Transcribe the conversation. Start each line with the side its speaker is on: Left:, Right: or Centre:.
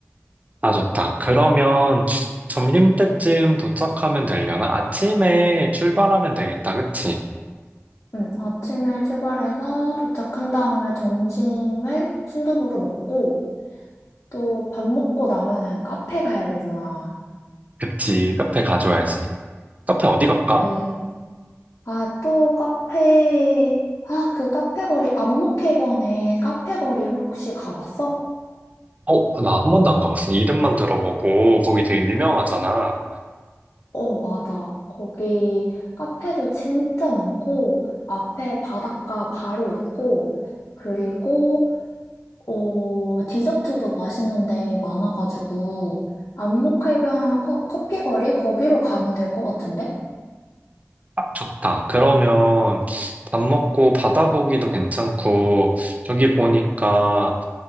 Right: 아, 좋다. 그러면 점심 때쯤 도착하면 되려나? 아침에 출발하면 되겠다. 그치?
Left: 응, 아침에 출발해서 도착한 다음에 점심을 순두부로 먹고, 또 밥 먹고 나면은 카페 가야 되잖아.
Right: 그치. 카페 가줘야지. 카페 어디 갈까?
Left: 그, 아, 또 카페, 아, 그 카페 거리, 안목해변에 카페 거리 혹시 가봤어?
Right: 어, 나 한 번도 안 가봤어. 이름만 들어보고, 거기 되게 유명하잖아.
Left: 어, 맞아. 거기 카페도 진짜 많고, 앞에 바닷가 바로 있고, 그리고, 어, 디저트도 맛있는데 많아가지고, 안목해변 커, 커피 거리? 거기로 가면 될 것 같은데?
Right: 아, 좋다. 그러면 밥 먹고 바다 보기도 괜찮고, 저기 보니까